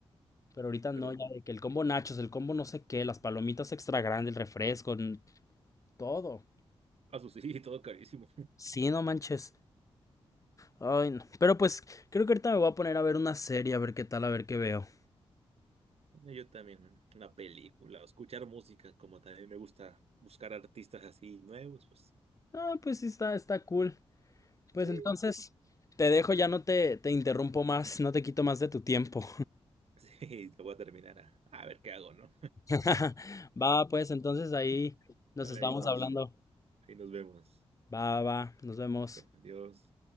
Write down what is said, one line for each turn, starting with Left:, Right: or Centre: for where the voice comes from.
Left: pero ahorita
Right: pero
Left: no, ya de que el combo nachos, el combo no sé qué, las palomitas extra grandes, el refresco, n- todo.
Right: a su sí, <laughs> todo carísimo.
Left: Sí, no manches. Ay, no. Pero pues creo que ahorita me voy a poner a ver una serie, a ver qué tal, a ver qué veo.
Right: Yo también, una película, o escuchar música, como también me gusta buscar artistas así nuevos, pues
Left: Ah, pues sí, está, está cool. Pues
Right: Sí,
Left: entonces te dejo, ya no te, te interrumpo más, no te quito más de tu tiempo.
Right: <laughs> sí, te voy a terminar a, a ver qué hago, ¿no?
Left: <laughs> Va, pues entonces ahí nos
Right: Dale
Left: estamos
Right: ahí nos,
Left: hablando.
Right: ahí nos vemos.
Left: Va, va, nos vemos.
Right: Adiós.